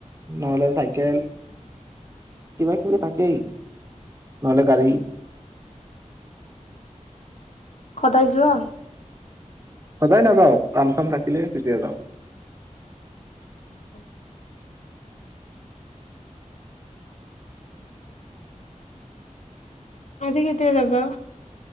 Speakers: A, on the right; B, on the left.
A: নহ'লে চাইকেল কিবা কিবি থাকেই নহ'লে গাড়ী।
B: সদায় যোৱা।
A: সদায় নাযাও কাম-চাম থাকিলে তেতিয়া যাওঁ।
B: উম হু। আজি কেতিয়া যাবা?